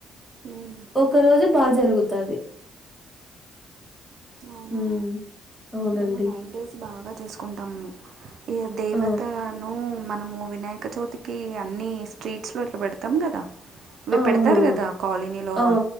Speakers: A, on the right (about 65°); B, in the centre.
A: ఉమ్
B: ఒక రోజు బా జరుగుతది
A: అవునా
B: హ్మ్. అవునండి.
A: మేము నైన్ డేస్ బాగ చేసుకుంటాము ఈ దేవతను
B: ఆ!
A: మనము వినాయక <unintelligible> <unintelligible> అన్ని స్ట్రీట్స్ లో ఇట్ల పెడతాం కదా ఇవి
B: ఆ!
A: పెడతారు
B: అవునవును.
A: కదా కాలనీలో
B: ఆ!
A: అ